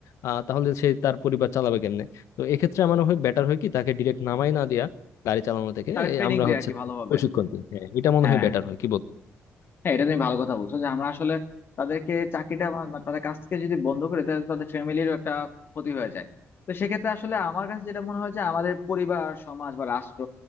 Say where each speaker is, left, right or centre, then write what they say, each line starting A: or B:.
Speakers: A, on the left; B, on the left.
A: আহ, তাহলে সে তার পরিবার চালাবে কেমনে তো এক্ষেত্রে আমার হয় বেটার হয় কি তাকে ডিরেক্ট নামাই না দেয়া গাড়ি চালানো থেকে
B: তারা
A: এই
B: ট্রেনিং
A: আমরা
B: দেয়
A: হচ্ছে
B: আর কি
A: তাকে
B: ভালোভাবে
A: প্রশিক্ষণ দিই হ্যাঁ এটা মনে
B: হ্যাঁ
A: হয় বেটার হয় কি বল
B: হ্যাঁ এটা তুমি ভালো কথা বলছো যে আমরা আসলে তাদেরকে চাকরিটা বা- বা তাদের কাছ থেকে যদি বন্ধ করে তাহলে তাদের ফ্যামিলিরও একটা ক্ষতি হয়ে যায় তো সেক্ষেত্রে আসলে আমার কাছে যেটা মনে হয় যে আমাদের পরিবার সমাজ বা রাষ্ট্র